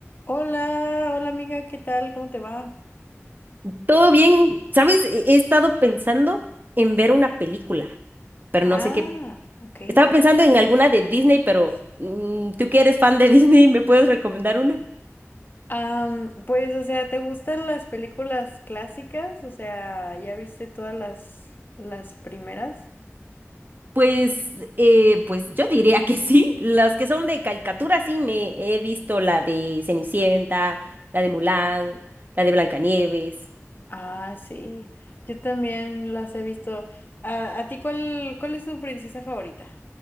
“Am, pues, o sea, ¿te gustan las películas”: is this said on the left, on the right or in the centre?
Left